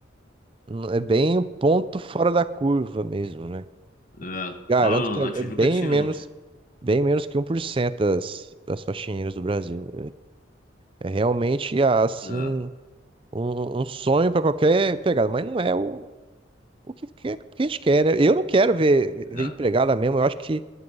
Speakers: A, on the right; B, on the left.
A: não- é bem um ponto fora da curva mesmo, né?
B: É,
A: Garanto
B: lá no-
A: que é
B: na Tijuca
A: é bem
B: tinha
A: menos,
B: uns.
A: bem menos que um por cento das, das faxineiras do Brasil. É, é realmente assim
B: É,
A: Um, um sonho para qualquer empregado, mas não é o, o que, que- que a gente quer, né? Eu não quero ver, ver
B: é.
A: empregada mesmo. Eu acho que